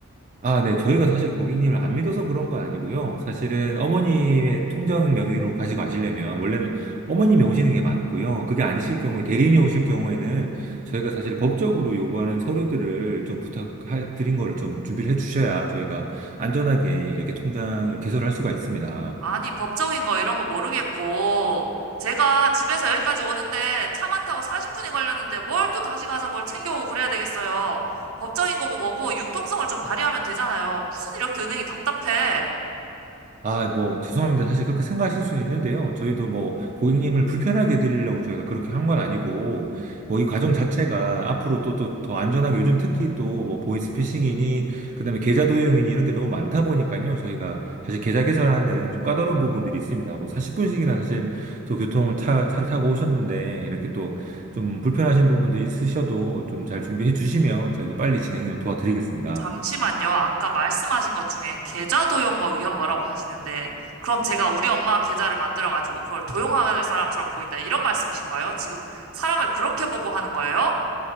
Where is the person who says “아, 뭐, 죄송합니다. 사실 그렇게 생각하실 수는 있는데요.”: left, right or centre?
Right